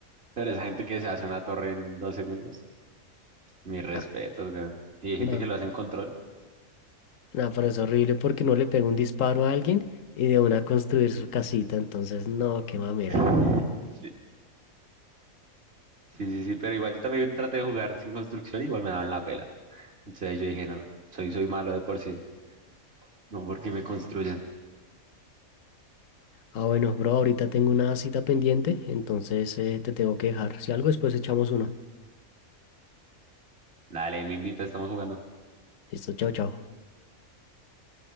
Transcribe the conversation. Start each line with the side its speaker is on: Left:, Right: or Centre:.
Right: pero esa gente que se hace una torre en dos segundos, mis respetos,
Left: Ah,
Right: weón. Y hay gente
Left: no,
Right: que lo hace en control.
Left: no, pero es horrible porque no le pega un disparo a alguien y de una construir su casita. Entonces, no, qué mamera.
Right: <laughs> Sí. Sí, sí, sí, pero igual yo también traté de jugar sin construcción, igual me daban la pela. Entonces yo dije, no, soy, soy malo de por sí, no porque me construyan.
Left: Ah, bueno, bro, ahorita tengo una cita pendiente, entonces eh, te tengo que dejar. Si algo, después echamos uno.
Right: Dale, me invita, estamos jugando.
Left: Listo, chao, chao.